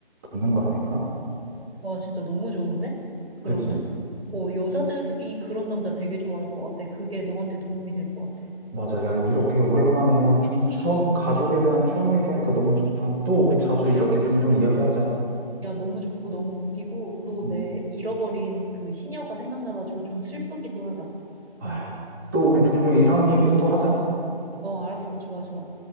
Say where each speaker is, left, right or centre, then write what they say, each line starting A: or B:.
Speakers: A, on the right; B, on the right.
A: 받는 거 아닐까?
B: 와, 진짜 너무 좋은데? 그러면?
A: 그지?
B: 어, 여자들이 그런 남자 되게 좋아할 것 같아. 그게 너한테 도움이 될 것 같아.
A: 맞아. 야, 이렇게 오랜만에 야, 좀 추억, 가족에 대한 추억 얘기하니까 너무 좋다. 또 우리 자주
B: 어,
A: 이렇게
B: 야,
A: 종종 이야기하자.
B: 야, 너무 좋고 너무 웃기고 또
A: 음.
B: 내 잃어버린 그 시녀가 생각나가지고 좀 슬프기도 하다.
A: 아,
B: 어,
A: 또 우리 종종 이런 얘기 또 하자.
B: 어, 알았어. 좋아, 좋아.